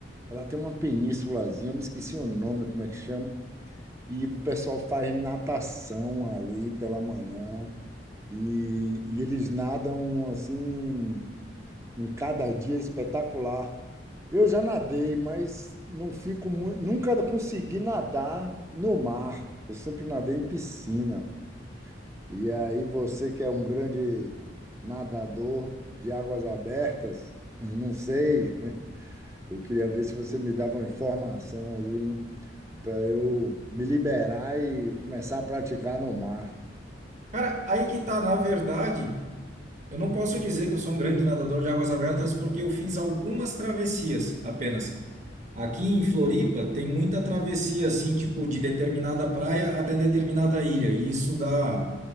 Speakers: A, on the right; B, on the right.
A: ela tem uma penínsulazinha, eu me esqueci o nome, como é que chama? E o pessoal faz natação ali pela manhã. E, e eles nadam assim, em cada dia espetacular. Eu já nadei, mas não fico muito, nunca consegui nadar no mar. Eu sempre nadei em piscina. E aí você que é um grande nadador de águas abertas, <laughs> eu não sei. Eu queria ver se você me dava uma informação assim para eu me liberar e começar a praticar no mar.
B: Cara, aí que tá, na verdade, eu não posso dizer que eu sou um grande nadador de águas abertas porque eu fiz algumas travessias apenas. Aqui em Floripa tem muita travessia, assim, tipo, de determinada praia até determinada ilha, e isso dá